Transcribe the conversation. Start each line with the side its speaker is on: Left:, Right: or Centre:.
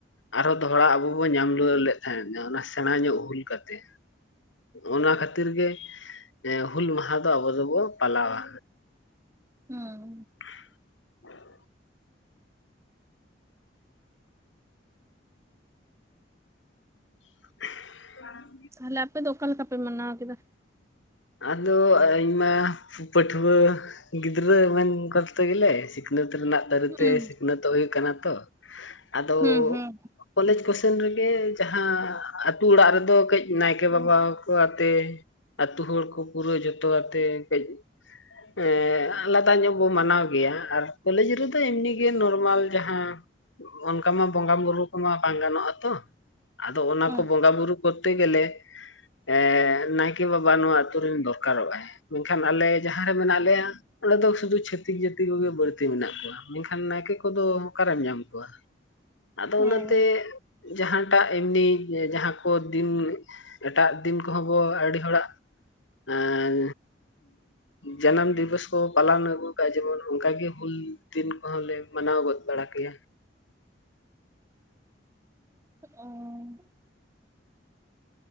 Left: ᱟᱨᱦᱚᱸ ᱫᱚᱦᱲᱟ ᱟᱵᱚ ᱵᱚᱱ ᱧᱟᱢ ᱞᱩ ᱞᱮᱫ ᱛᱦᱱᱟ ᱚᱱᱟ ᱥᱮᱬᱟ ᱧᱚᱜ ᱦᱩᱞ ᱠᱟᱛᱮ ᱚᱱᱟ ᱠᱷᱟᱹᱛᱤᱨ ᱜᱮ ᱦᱩᱞ ᱢᱟᱦᱟ ᱫᱚ ᱟᱵᱚ ᱫᱚᱵᱚ ᱯᱟᱞᱟᱣᱟ
Right: ᱦᱩᱸ
Left: <unintelligible> <unintelligible>
Right: ᱛᱟᱦᱚᱞᱮ ᱟᱯᱮ ᱫᱚ ᱚᱠᱟ ᱞᱮᱠᱟ ᱯᱮ ᱢᱟᱱᱟᱣ ᱠᱮᱫᱟ?
Left: ᱟᱫᱚ ᱤᱧ ᱢᱟ ᱯᱟᱹᱴᱷᱣ ᱜᱤᱫᱽᱨᱟᱹ ᱢᱟᱧ ᱠᱚᱨᱛ ᱜᱮᱞᱮ ᱥᱤᱠᱱᱟᱹᱛ ᱨᱮᱱᱟᱜ ᱫᱟ ᱡᱚᱛᱚ
Right: ᱦᱩᱸ
Left: ᱥᱤᱠᱷᱱᱟᱹᱛᱚᱜ ᱦᱩᱭᱩᱜ ᱠᱟᱱᱟ ᱛᱚ ᱟᱫᱚ
Right: ᱦᱩᱸ ᱦᱩᱸ
Left: ᱠᱚᱞᱮᱡᱽ ᱠᱚᱥᱮᱱ ᱨᱮᱜᱮ ᱡᱟᱦᱟᱸ ᱟᱛᱳ ᱚᱲᱟᱜ ᱨᱮᱫᱚ ᱠᱟᱹᱡ ᱱᱟᱭᱠᱮ ᱵᱟᱵᱟ
Right: ᱦᱩᱸ
Left: ᱠᱚ ᱟᱛᱮ ᱟᱹᱛᱩ ᱦᱚᱲ ᱠᱚ ᱯᱩᱨᱟᱹ ᱡᱚᱛᱚ ᱟᱛᱮ ᱠᱟᱹᱡ ᱮᱸ ᱞᱟᱫᱟ ᱧᱚᱜ ᱵᱚ ᱢᱟᱱᱟᱣ ᱜᱮᱭᱟ ᱟᱨ ᱠᱚᱞᱮᱡᱽ ᱨᱮᱫᱚ ᱮᱢᱱᱤ ᱜᱮ ᱱᱚᱨᱢᱟᱞ ᱡᱟᱦᱟᱸ ᱚᱱᱠᱟ ᱢᱟ ᱵᱚᱸᱜᱟ ᱵᱩᱨᱩ ᱠᱚᱢᱟ ᱵᱟᱝ ᱜᱟᱱᱚᱜ ᱟᱛᱚ ᱟᱫᱚ ᱚᱱᱟ
Right: ᱦᱩᱸ
Left: ᱠᱚ ᱵᱚᱸᱜᱟ ᱵᱩᱨᱩ ᱠᱚᱨᱛᱮ ᱜᱮᱞᱮ ᱮ ᱱᱟᱭᱠᱮ ᱵᱟᱵᱟ ᱱᱚᱣᱟ ᱟᱛᱳ ᱨᱮᱱ ᱫᱚᱨᱠᱟᱨᱚᱜᱼᱟ ᱢᱮᱱᱠᱷᱟᱱ ᱟᱞᱮ ᱡᱟᱦᱟᱸ ᱨᱮ ᱢᱮᱱᱟᱜ ᱞᱮᱭᱟ ᱚᱸᱰᱮ ᱫᱚ ᱥᱩᱫᱷᱩ ᱪᱷᱹᱛᱤᱠ ᱡᱟᱹᱛᱤ ᱵᱟᱹᱲᱛᱤ ᱢᱮᱱᱟᱜ ᱠᱚᱣᱟ ᱢᱮᱱᱠᱷᱟᱱ ᱱᱟᱭᱠᱮ ᱠᱚᱫᱚ ᱚᱠᱟᱨᱮᱢ ᱧᱟᱢ ᱠᱚᱣᱟ? ᱟᱫᱚ
Right: ᱦᱮᱸ
Left: ᱚᱱᱟᱛᱮ ᱡᱟᱦᱟᱸ ᱴᱟᱜ ᱮᱢᱱᱤ ᱡᱟᱦᱟᱸ ᱠᱚ ᱫᱤᱱ ᱮᱴᱟᱜ ᱫᱤᱱ ᱠᱚᱦᱚᱸ ᱵᱚ ᱟᱹᱰᱤ ᱦᱚᱲᱟᱜ ᱟᱨ ᱡᱟᱱᱟᱢ ᱫᱤᱵᱚᱥ ᱠᱚ ᱯᱟᱞᱚᱱ ᱟᱹᱜᱩ ᱟᱠᱟᱫᱼᱟ ᱡᱮᱢᱚᱱ ᱚᱱᱠᱟᱜᱮ ᱦᱩᱞ ᱫᱤᱱ ᱠᱚᱦᱚᱸ ᱞᱮ ᱢᱟᱱᱟᱣ ᱜᱚᱫ ᱵᱟᱲᱟ ᱠᱮᱭᱟ᱾
Right: ᱚ